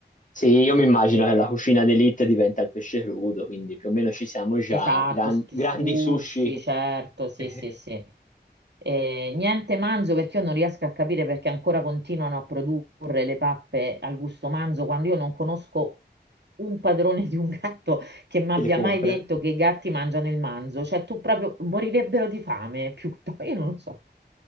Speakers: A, on the left; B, on the right.
A: Sì, io mi immagino
B: Eh,
A: che la cucina d'élite diventa il pesce crudo, quindi più o meno ci siamo già,
B: esatto,
A: gran-
B: s-
A: grandi
B: sushi,
A: sushi
B: certo,
A: <laughs>
B: sì,
A: eh,
B: sì, sì. Eh, niente manzo perché io non riesco a capire perché ancora continuano a produrre le pappe al gusto manzo quando io non conosco un padrone di un gatto che mi
A: che
B: abbia
A: le compra.
B: mai detto che i gatti mangiano il manzo. Cioè, tu proprio morirebbero di fame, piuttosto, <laughs> io non lo so.